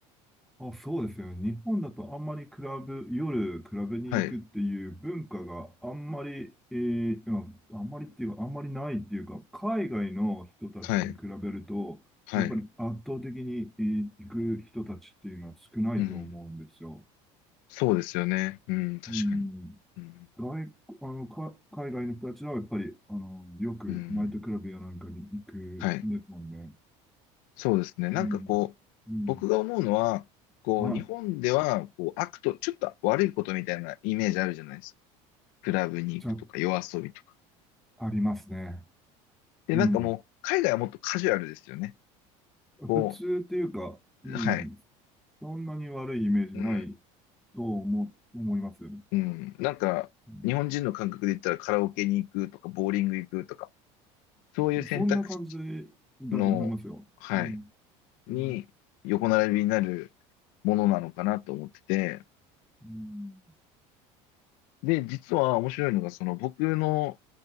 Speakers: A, in the centre; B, on the left.
A: あ、そうですよね。日本だとあんまりクラブ、夜クラブに行くっていう文化があんまり、
B: はい。
A: えー、うんあんまりっていうか、あんまりないっていうか、海外の人たちに比べると、
B: はい、はい、
A: やっぱり圧倒的に、えー行く人たちっていうのは少ないと思うんですよ。
B: うん。そうですよね。うん、確かに。
A: うん。
B: うん、
A: 外、あの、か、海外の人たちはやっぱり、あの、よくナイトクラブやなんかに行くんですもんね。
B: うん、はい。そうですね。なんかこう、
A: うん。うん。
B: 僕が思うのは、こう、
A: はい。
B: 日本では、こう、悪と、ちょっと悪いことみたいなイメージあるじゃないですか。クラブに行くとか、
A: ちょ、
B: 夜遊びとか。
A: ありますね。
B: で、
A: うん。
B: なんかもう、海外はもっとカジュアルですよね。こ
A: 普通っていうか、
B: う、
A: うん。
B: はい。
A: そんなに悪いイメージない
B: うん、
A: と思、思いますよね。
B: うん。なんか、
A: うん。
B: 日本人の感覚で言ったら、カラオケに行くとか、ボーリング行くとか、そういう選択肢
A: そんな感じだと思いますよ。
B: の、はい。
A: うん。
B: に横並びになるものなのかなと思ってて、
A: うん。うん
B: で、実は面白いのが、その僕の、